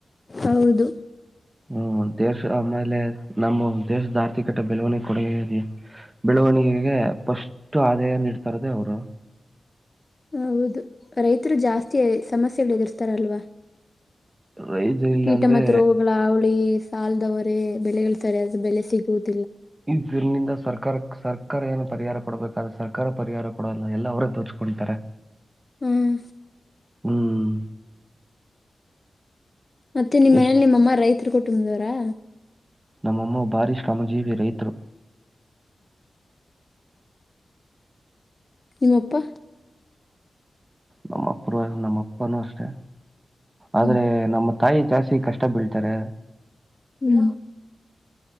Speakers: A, on the left (about 40°); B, on the right (about 25°).
A: ಹೌದು
B: ಹ್ಮ ದೇಶ ಆಮೇಲೆ ನಮ್ಮ ದೇಶದ ಆರ್ಥಿಕತೆ ಬೆಲವಣಿಗೆ ಕೊಡುಗೆದೆ ಬೆಳವಣಿಗೆಗೆ ಫಸ್ಟ್ ಆದಾಯ ನೀಡ್ತಾರದೆೇ ಹ
A: ಹೌದು ರೈತರು ಜಾಸ್ತಿ ಸಮಸ್ಯೆಗಳು ಎದುರ್ತಾರಲ್ವಾ
B: ರೈತ ಇಲ್ಲಾಂದ್ರೆ
A: ಕೀಟ ಮತ್ತು ರೋಗಗಳ ಅವಳಿ ಕಲ್ದವರೆ ಬೆಳಗಳು ಸರಿಯಾದ ಬೆಲೆ ಸಿಗುದು
B: ಇದರಿನಿಂದ ಸರ್ಕಾರ ಸರ್ಕಾರ ಏನು ಪರಿಹಾರ ಕೊಡಬೇಕಾದೆ ಸರ್ಕಾರ ಪರಿಹಾರ ಕೊಡಲ್ಲ ಎಲ್ಲ ಅವರೇ ದೋಚ್ಕೊತಾರೆ
A: ಹ್ಮ್
B: ಹ್ಮ್
A: ಮತ್ತೆ ನಿಮ್ಮ ಮನಲಿ
B: ಎಷ್ಟ್
A: ನಿಮ್ಮಮ್ಮ ರೈತ ಹ ಕೊಟ್ಟುದವರಾ
B: ನಮ್ಮಮ್ಮ ಭಾರೀ ಶ್ರಮಜೀವಿ ರೈತರು
A: ನಿಮ್ಮಪ್ಪಾ
B: ನಮ್ಮಪ್ಪರ ನಮ್ಮ ಅಪ್ಪಾನೂ ಅಷ್ಟೆ ಆದ್ರೆ
A: ಹ್ಮ್
B: ನಮ್ಮ ತಾಯಿ ಜಾಸ್ತಿ ಕಷ್ಟ ಬೀಳ್ತಾರೆ
A: ಹ್ಮ್
B: ಇ